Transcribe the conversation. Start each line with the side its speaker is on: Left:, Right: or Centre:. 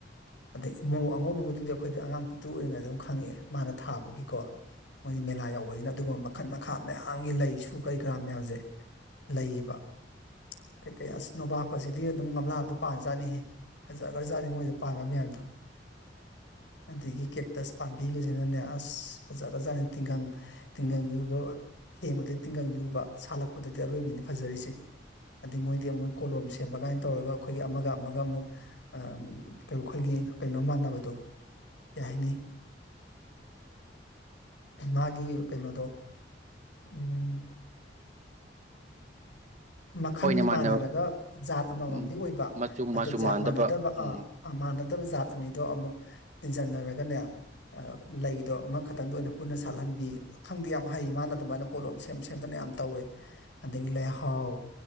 Left: ꯑꯗꯩ ꯃꯣꯔꯣꯛ ꯑꯉꯧꯕꯒꯗꯨꯗꯤ ꯑꯩꯈꯣꯏꯗꯤ ꯑꯉꯥꯡ ꯄꯤꯛꯇ꯭ꯔꯨ ꯑꯣꯏꯉꯩꯗ ꯑꯗꯨꯝ ꯈꯪꯉꯛꯑꯦ ꯃꯥꯅ ꯊꯥꯕꯒꯤꯀꯣ ꯃꯣꯏꯗꯤ ꯃꯦꯂꯥ ꯌꯥꯎꯕꯅꯤꯅ ꯑꯗꯨꯒꯨꯝꯕ ꯃꯈꯜ ꯃꯈꯥ ꯃꯌꯥꯝꯒꯤ ꯂꯩꯁꯨ ꯀꯔꯤ ꯀꯔꯥ ꯃꯌꯥꯝꯁꯦ ꯂꯩꯌꯦꯕ ꯀꯩꯀꯩ ꯑꯁ ꯅꯣꯕꯥꯞ ꯀꯁꯤꯗꯤ ꯑꯗꯨꯝ ꯒꯝꯂꯥꯗ ꯄꯥꯟ ꯖꯥꯠꯅꯤꯍꯦ ꯐꯖꯈ꯭ꯔꯖꯥꯠꯅꯤ ꯃꯣꯏꯗ ꯄꯥꯟꯕ ꯃꯌꯥꯝꯗꯣ ꯑꯗꯒꯤ ꯀꯦꯛꯇꯁ ꯄꯥꯝꯕꯤꯒ ꯁꯤꯅꯅꯦ ꯑꯁ ꯐꯖꯒ ꯖꯥꯠꯅꯦ ꯇꯤꯡꯒꯪ ꯇꯤꯡꯒꯪ ꯌꯨꯕ ꯊꯦꯡꯕꯗ ꯇꯤꯡꯒꯪ ꯌꯨꯕ ꯁꯥꯠꯂꯛꯄꯗꯗꯤ ꯑꯔꯣꯏꯕꯤꯅꯦ ꯐꯖꯔꯤꯁꯦ ꯑꯗꯩ ꯃꯣꯏꯗꯤ ꯃꯣꯏꯗꯤ ꯀꯣꯂꯣꯝ ꯁꯦꯝꯕꯀꯥꯏꯅ ꯇꯧꯔꯒ ꯑꯩꯈꯣꯏꯒꯤ ꯑꯃꯒ ꯑꯃꯒ ꯑꯃꯨꯛ ꯑ <unintelligible> ꯈꯣꯏꯒꯤ ꯀꯩꯅꯣ ꯃꯥꯟꯅꯕꯗꯣ ꯀꯩ ꯍꯥꯏꯅꯤ ꯃꯥꯒꯤ ꯀꯩꯅꯣꯗꯣ ꯎꯝ ꯃꯈꯜꯗꯤ
Right: ꯍꯣꯏꯅꯦ ꯃꯥꯟꯅꯕ
Left: ꯃꯥꯟꯅꯔꯒ ꯖꯥꯠ ꯑꯃꯃꯝ
Right: ꯎꯝ
Left: ꯑꯣꯏꯕ
Right: ꯃꯆꯨ
Left: ꯑꯗꯨ
Right: ꯃꯆꯨ
Left: ꯖꯥꯠ ꯃꯥꯟꯅꯗꯕ
Right: ꯎꯝ
Left: ꯑ ꯃꯥꯟꯅ ꯗꯕ ꯖꯥꯠ ꯑꯅꯤꯗꯣ ꯑꯃꯨꯛ ꯇꯤꯟꯖꯟ ꯅꯔꯒꯅꯦ ꯑ ꯂꯩꯗꯣ ꯑꯃꯈꯛꯇꯪꯗ ꯑꯣꯏꯅ ꯄꯨꯟꯅ ꯁꯥꯠꯂꯟꯕꯤ ꯈꯪꯗꯦ ꯌꯥꯝ ꯍꯩ ꯃꯥꯅ ꯑꯗꯨꯃꯥꯏꯅ ꯀꯣꯠꯂꯣꯝ ꯁꯦꯝ ꯁꯦꯝꯗꯅ ꯌꯥꯝ ꯇꯧꯋꯦ ꯑꯗꯒꯤ ꯂꯩꯍꯥꯎ